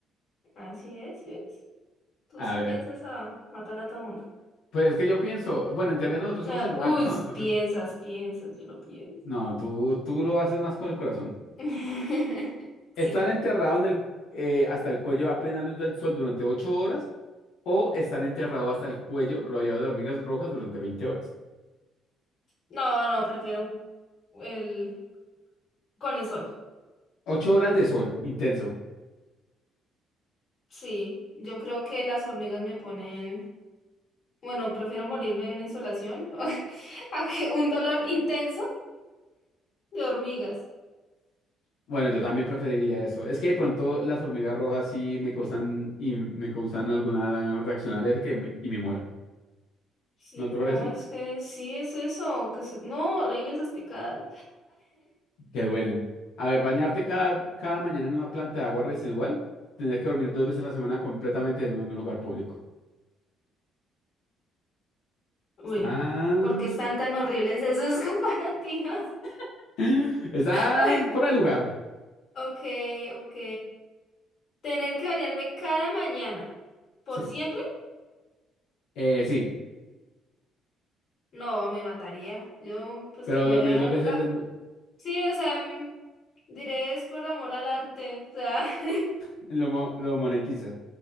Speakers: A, on the left; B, on the left.
A: Así es, sí es. Tú
B: A
A: sí
B: ver,
A: piensas a matar a todo mundo.
B: pues es que yo pienso, bueno, en teoría nosotros somos
A: Ah,
B: animales,
A: uy,
B: ¿no? Entonces,
A: piensas, piensas, yo no pienso.
B: no, tú, tú lo haces más con el corazón.
A: <laughs>
B: Estar
A: Sí.
B: enterrado en el, eh, hasta el cuello a plena luz del sol durante 8 horas o estar enterrado hasta el cuello rodeado de hormigas rojas durante veinte horas.
A: No, no, prefiero un- el con el sol.
B: 8 horas de sol intenso.
A: Sí, yo creo que las hormigas me ponen, bueno, prefiero morirme de una insolación <laughs> a que un dolor intenso de hormigas.
B: Bueno, yo también preferiría eso. Es que de pronto las hormigas rojas sí me causan y me causan alguna reacción alérgica y me, y me muera.
A: Sí,
B: ¿No te
A: no,
B: parece?
A: es que sí es eso, que se... no, horrible esas picadas.
B: Que duelen. A ver, bañarte cada, cada mañana en una planta de agua residual, tener que dormir dos veces a la semana completamente en un lugar público.
A: <laughs>
B: Están,
A: Uy, ¿por qué están tan horribles esas comparativas?
B: <gasps> <laughs> están
A: <laughs>
B: fuera de lugar.
A: Ok, ok. Tener que bañarme cada mañana. ¿Por
B: Sí,
A: siempre?
B: Eh, sí,
A: No, me mataría. Yo, pues
B: pero
A: que me
B: dormir
A: vean
B: dos veces
A: la...
B: en
A: Sí, o sea, mm, diré es por amor al arte. O sea, <laughs>
B: lo, mo- lo monetiza.